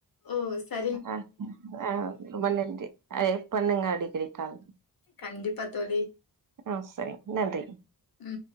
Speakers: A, on the left (about 60°); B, on the right (about 50°).
A: ஓ சர்
B: அ அ அ ரொம்ப நன்றி அதே பண்ணுங்க அடிக்கடி கால்
A: கண்டிப்பா தோழி.
B: அ சரிங் நன்றி
A: ம்